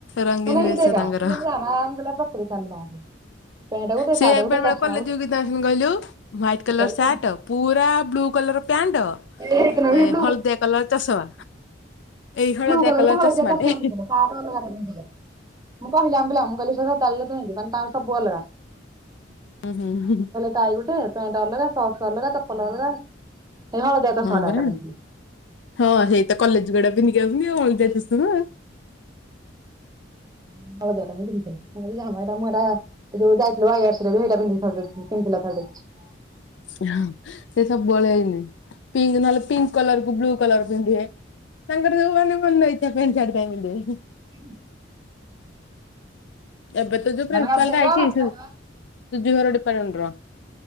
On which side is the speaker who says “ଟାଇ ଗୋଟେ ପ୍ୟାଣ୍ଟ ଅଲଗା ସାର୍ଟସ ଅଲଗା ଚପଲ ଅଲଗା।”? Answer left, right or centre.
Right